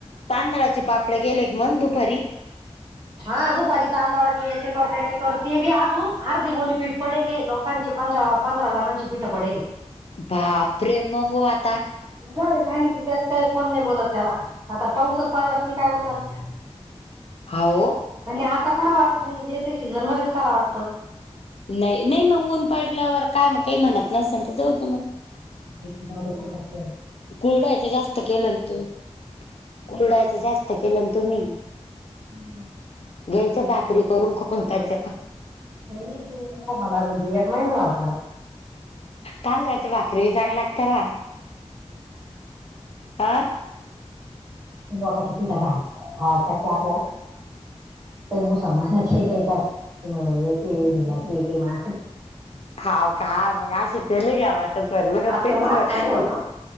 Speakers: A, on the left; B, on the right.
A: तांदळाचे पापडे गेलेत मग दुपारी.
B: हा दुपारी तांदळाची याचे कर त्याचे कर ते बी अजून अर्धि गोणी पीठ पडेले लोकांचे पण दळाप पंधरा जणांची पीठं पडेली.
A: बापरे मग ओ आता.
B: जाऊदे सांगितलं त्यात काय कोण नाही बोलत त्याला आता पाऊसच पाडला मी काय करू त्याला
A: हा हो
B: आणि आता करा वाटत नाही. जे ते सीझन मध्येच करा वाटतं.
A: नाही नाही मग ऊन पडल्यावर काय मग काय काही म्हणत नसेल तर जाऊ मग
B: एक जाऊ दया पात
A: कुरडायचं जास्त केलं ना तुम्ही, कुरडायच जास्त केलं तुम्ही
B: हम्.
A: घ्यायच्या भाकरी कटून कायच्या
B: नाही नाही देऊन का लागती एक महिना लताला
A: तांदूळाची भाकरी चांगली लागते ना आह.
B: वाका त टीपी दादा कायकी आपल्याला काही मुसलमानाचे, होय का येतय दिला ते काही मा
A: हाव काय मग आश तेलग्या वाट पल
B: आपलं
A: ते टिक
B: वासना
A: लू
B: नाही होत ओ.